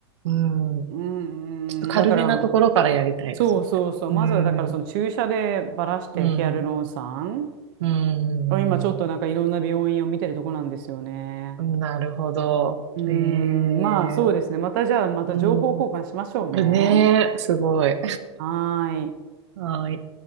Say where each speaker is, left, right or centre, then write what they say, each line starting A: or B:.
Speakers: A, on the right; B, on the right.
A: うん。
B: うんうん、
A: ちょっと軽めなところからやりたいですね。
B: だから、そうそうそう、まずはだからその注射でばらしてヒアルロン酸。
A: うん。うん。うん。
B: 今ちょっとなんかいろんな病院を見てるとこなんですよね。
A: うんなるほど。
B: うーん、
A: ねえ。
B: まあそうですね。またじゃあ、また情報交換しましょうね。
A: うん。ねえ、すごい。
B: はーい。
A: はい。